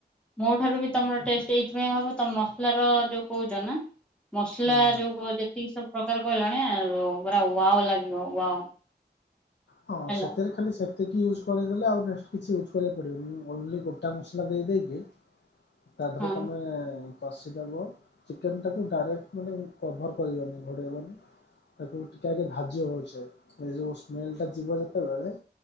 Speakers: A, in the centre; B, on the left.
A: ମୋ ଠାରୁ ବି ତମର ଟେଷ୍ଟ ଏଇଥିପାଇଁ ହବ ତ ମସଲାର ଯୋଉ କହୁଛ ନା ମସଲା
B: ହୁଁ
A: ଯୋଉ ଯେତିକି ସବୁ ପ୍ରକାର କହିଲାଣି ପା ୱାଓ ଲାଗିବ ୱାଓ।
B: ହଁ
A: ହେଲା
B: ସେଥିରେ କିଛି ସେ ସେତିକି ୟୁଜ୍ କରିଦେଲେ ଆଉ ନେକ୍ସଟ କିଛି ୟୁଜ୍ କରିବାକୁ ପଡ଼ିବନ ମୁଁ ଓନ୍ଲି ଗୋଟା ମସଲା ଦେଇେକି। ତାପରେ
A: ହଁ।
B: ତମେ କଷିଦେବ ଚିକେନ ଟାକୁ ଡାଇରେକ୍ଟ ମାନେ କଭର କରିବନି ଘୋଡ଼େଇବନି। ତାପରେ ଟିକେ ଆଗେ ଭାଜିବ ଭଳସେ ଏ ଯୋଉ ସ୍ମଲ ଟା ଯିବ ଭଲସେ ଯେତେବେଳେ